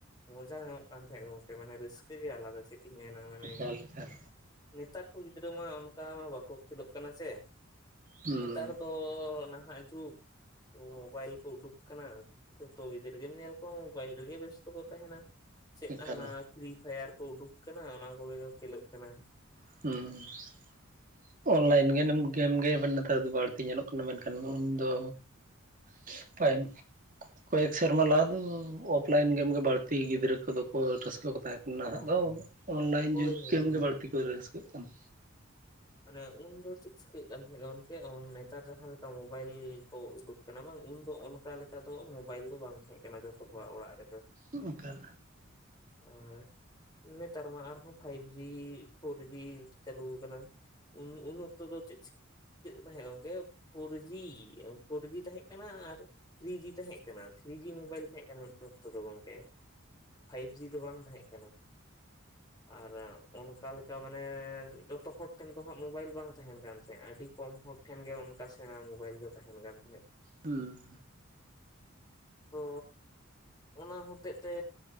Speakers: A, on the left; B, on the right.
A: ᱢᱚᱡᱟ ᱧᱟᱢᱚᱜ ᱠᱟᱱ ᱛᱟᱦᱮᱸᱫ ᱜᱚᱝᱠᱮ ᱢᱟᱱᱮ ᱨᱟᱹᱥᱠᱟᱹ ᱜᱮ ᱟᱞᱟᱫᱟ ᱪᱮᱫ ᱤᱧ ᱢᱮᱱᱟ ᱢᱟᱱᱮ
B: ᱮᱠᱟᱞ ᱮᱠᱟᱞ
A: ᱱᱮᱛᱟᱨ ᱠᱚ ᱜᱤᱫᱽᱨᱟᱹ ᱢᱟ ᱚᱱᱠᱟ ᱢᱟ ᱵᱟᱠᱚ ᱩᱫᱱᱟᱹᱜ ᱠᱟᱱᱟ ᱥᱮ
B: ᱦᱩᱸ
A: ᱱᱮᱛᱟᱨ ᱫᱚ ᱱᱟᱦᱟᱜ ᱡᱩᱜᱽ ᱢᱳᱵᱟᱭᱤᱞ ᱠᱚ ᱩᱰᱩᱠ ᱟᱠᱟᱱᱟ ᱡᱚᱛᱚ ᱜᱤᱫᱨᱟᱹᱜᱮᱧ ᱧᱮᱞ ᱠᱚᱣᱟ ᱵᱟᱭᱤᱞᱨᱤᱜᱤ ᱵᱮᱥᱛᱚ ᱠᱚ ᱛᱟᱦᱮᱱᱟ ᱪᱮᱫ
B: ᱮᱠᱟᱞ
A: ᱦᱟᱱᱟ ᱯᱷᱨᱤ ᱯᱷᱟᱭᱟᱨ ᱠᱚ ᱩᱰᱩᱠ ᱟᱠᱟᱱᱟ ᱚᱱᱟ ᱠᱚᱜᱮ ᱠᱚ ᱠᱷᱮᱞᱳᱜ ᱠᱟᱱᱟ
B: ᱩᱸᱻ ᱚᱱᱞᱟᱭᱤᱱ <unintelligible> ᱱᱮᱛᱟᱨ ᱫᱚ ᱵᱟᱹᱲᱛᱤ ᱧᱮᱞᱚᱜ ᱠᱟᱱᱟ ᱢᱮᱱᱠᱷᱟᱱ ᱩᱱᱫᱚ <unintelligible> ᱠᱚᱭᱮᱠ ᱥᱮᱨᱢᱟ ᱞᱟᱦᱟ ᱫᱚ ᱚᱯᱷᱞᱟᱭᱤᱱ ᱜᱮᱢᱜᱮ ᱵᱟᱹᱲᱛᱤ ᱜᱤᱫᱽᱨᱟᱹ ᱠᱚᱫᱚ ᱠᱚ ᱨᱟᱹᱥᱠᱟᱹ ᱠᱚ ᱛᱟᱦᱮᱸᱜ ᱱᱟᱦᱟᱜ
A: ᱚ
B: ᱫᱚ ᱚᱱᱞᱟᱭᱤᱱ
A: ᱦᱳᱭ
B: ᱡᱩᱜᱽ
A: ᱦᱳᱭ
B: ᱜᱮᱢᱜᱮ ᱵᱟᱹᱲᱛᱤ ᱠᱚ ᱫᱟᱹᱲ ᱥᱩᱨᱩᱜ ᱠᱟᱱᱟ
A: ᱢᱟᱱᱮ ᱩᱱᱫᱚ ᱪᱮᱫ ᱪᱤᱠᱟᱹᱭ ᱦᱩᱭᱩᱜ ᱠᱟᱱ ᱛᱟᱦᱮᱸ ᱜᱚᱝᱠᱮ ᱱᱮᱛᱟᱨ ᱡᱟᱦᱟᱸ ᱞᱮᱠᱟ ᱢᱳᱵᱟᱭᱤᱞ ᱠᱚ ᱩᱰᱩᱠ ᱠᱟᱱᱟ ᱵᱟᱝ ᱩᱱᱫᱚ ᱚᱱᱠᱟ ᱞᱮᱠᱟ ᱫᱚ ᱢᱳᱵᱟᱭᱤᱞ ᱫᱚ ᱵᱟᱝ ᱛᱟᱦᱮᱸ ᱠᱟᱱᱟ ᱡᱚᱛᱚ ᱦᱚᱲᱟᱜ ᱚᱲᱟᱜ ᱨᱮᱫᱚ
B: ᱩᱸᱜ ᱠᱟᱞ
A: ᱟᱨ ᱱᱮᱛᱟᱨ ᱢᱟ ᱟᱨᱦᱚᱸ ᱯᱷᱟᱭᱤᱵ ᱡᱤ ᱯᱷᱳᱨᱡᱤ ᱪᱟᱹᱞᱩ ᱟᱠᱟᱱᱟ ᱩᱱ ᱩᱱ ᱚᱠᱛᱚ ᱫᱚ ᱪᱮᱫ ᱪᱤ ᱠᱟᱹᱜ ᱛᱟᱦᱮᱸ ᱜᱚᱝᱠᱮ ᱯᱷᱳᱨᱡᱤ ᱯᱷᱳᱨ ᱡᱤ ᱛᱟᱦᱮᱸ ᱠᱟᱱᱟ ᱟᱨ ᱛᱷᱨᱤ ᱡᱤ ᱛᱟᱦᱮᱸ ᱠᱟᱱᱟ ᱠᱟᱱᱟ ᱛᱷᱨᱤ ᱡᱤ ᱢᱳᱵᱟᱭᱤᱞ ᱛᱟᱦᱮᱸ ᱠᱟᱱᱟ ᱩᱱ ᱚᱠᱛᱚ ᱫᱚ ᱜᱚᱝᱠᱮ ᱢᱤ ᱫᱚ ᱵᱟᱝ ᱛᱟᱦᱮᱸ ᱠᱟᱱᱟ ᱟᱨ ᱚᱱᱠᱟ ᱞᱮᱠᱟ ᱢᱟᱱᱮ ᱡᱚᱛᱚ ᱦᱚᱲ ᱴᱷᱮᱱ ᱫᱚ ᱦᱟᱸᱜ ᱢᱳᱵᱟᱭᱤᱞ ᱵᱟᱝ ᱛᱟᱦᱮᱱ ᱠᱟᱱ ᱛᱟᱦᱮᱸᱜᱼᱟ ᱟᱹᱰᱤ ᱠᱚᱢ ᱦᱚᱲ ᱴᱷᱮᱱ ᱜᱮ ᱚᱱᱠᱟ ᱥᱮᱬᱟ ᱢᱳᱵᱟᱭᱤᱞ ᱫᱚ ᱛᱟᱦᱮᱱ ᱠᱟᱱ ᱛᱟᱦᱮᱸᱫ
B: ᱦᱩᱸ
A: ᱛᱚ ᱚᱱᱟ ᱦᱚᱛᱮᱜ ᱛᱮ